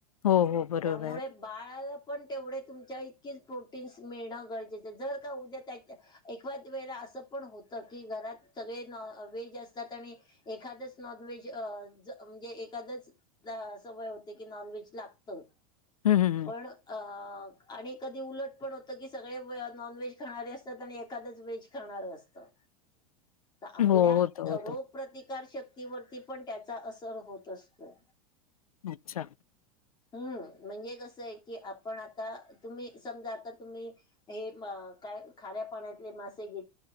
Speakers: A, on the left; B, on the left.
A: हो हो बरोबर
B: त्यामुळे
A: आहे.
B: बाळाला पण तेवढे तुमच्या इतकीच प्रोटीन्स मिळणं गरजेचं जर का उद्या त्यांच्या एकाद वेळेला असं पण होत की घरात सगळे नॉ व्हेज असतात आणि एखादच नॉन व्हेज म्हणजे एखादच वय होते की नॉनव्हेज लागतं
A: हम्म हम्म हं
B: पण अं आणि कधी उलट पण होतं की सगळे नॉन व्हेज खाणारे अस एखादच व्हेज खाणार असतं तर आपल्या
A: हम्म. हो होतं होतं
B: रोग प्रतिकार शक्तीवरती पण त्यांचा असर होत असतो.
A: अच्छा
B: हम्म म्हणजे कसं आहे की आपण आता तुम्ही समजा आता तुम्ही हे म काय खऱ्या पाण्यातले मासे <inaudible>